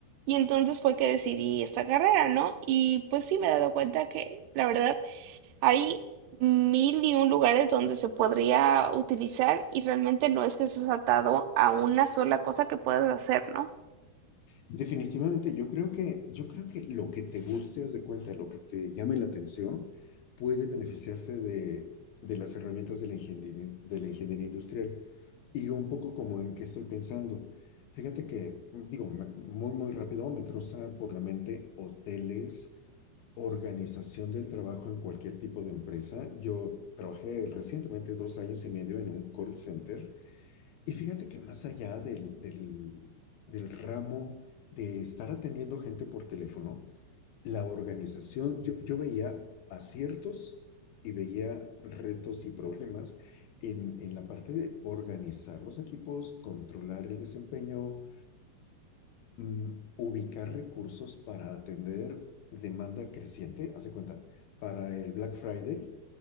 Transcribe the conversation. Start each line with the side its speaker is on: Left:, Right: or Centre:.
Right: Y entonces fue que decidí esta carrera, ¿no? Y pues sí me he dado cuenta que, la verdad, hay mil y un lugares donde se podría utilizar y realmente no es que estés atado a una sola cosa que puedas hacer, ¿no?
Left: Definitivamente, yo creo que, yo creo que lo que te guste, haz de cuenta, lo que te llame la atención, puede beneficiarse de, de las herramientas de la ingeniería, de la ingeniería industrial. Y un poco como en qué estoy pensando. Fíjate que, digo, me- muy, muy rápido me cruza por la mente hoteles, organización del trabajo en cualquier tipo de empresa. Yo trabajé recientemente dos años y medio en un call center y fíjate que más allá del, del, del ramo de estar atendiendo gente por teléfono, la organización, yo, yo veía aciertos y veía retos y problemas en, en la parte de organizar los equipos, controlar el desempeño, mm, ubicar recursos para atender demanda creciente, hace cuenta, para el Black Friday